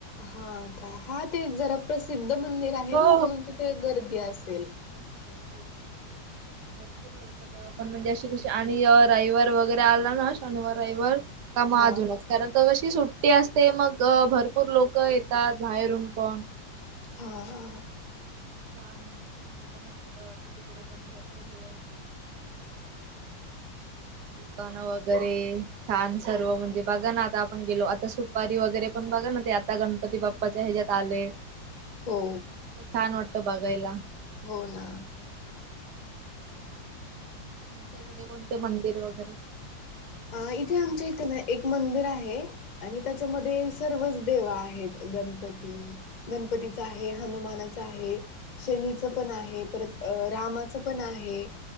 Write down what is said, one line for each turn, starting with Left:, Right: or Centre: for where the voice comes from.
Left: हाता हा ते जरा प्रसिद्ध मंदिर आहे
Right: हो
Left: ना म्हणून तिथे गर्दी असेल
Right: ते तेच <inaudible> भरपूर लोक तेव्हा पण म्हणजे अशी कशी आणि राविवार वगैरे आला ना शनिवार रविवार काम
Left: हा
Right: अजूनच, कारण कशी सुट्टी असते मग भरपूर लोक लोक येतात बाहेरून पण
Left: हा हा
Right: छान एकदम मस्त वाटत. तिकडे पण भरपूर हे आहेत. दुकानं वगैरे छान सर्व म्हणजे बघा ना आता आपण गेलो आता सु दुपारी वगैरे पण बघा ना, ते आता गणपती बाप्पाच्या ह्याच्यात आले
Left: हो
Right: मस्त छान वाटत बघायला.
Left: हो ना!
Right: तुमच्या इकडे कोणते मंदिर वगैरे
Left: हा इथे आमच्या इथे ना एक मंदिर आहे. आणि त्याच्यामध्ये सर्वच देव आहेत. गणपती गणपतीचा आहे, हनुमानाचा आहे. शनीचं पण आहे, परत अ रामाचं पण आहे.